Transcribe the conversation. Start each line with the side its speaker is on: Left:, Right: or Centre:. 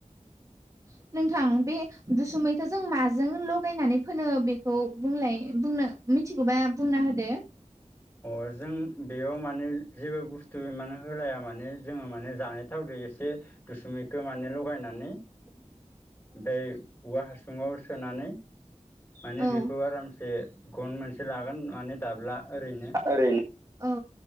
Right: <inaudible> नोंथां बे दुसुमैखौ जों माजों लगायनानै फोनो बेखौ बुंलाय बुंना ओ मिथिगौबा बुंना होदो।
Left: अ जों बेयाव माने जेबो बुस्थु माने होलाया माने जोङो माने जानाय थावदो एसे दुसुमैखौ माने लगायनानै
Right: औ
Left: ओमफ्राय औवा हासुङाव सोनानै माने
Right: औ
Left: बेखौ आरामसे जे गन मोनसे लागोन माने दाब्ला ओरैनो।
Right: आं ओरैनो औ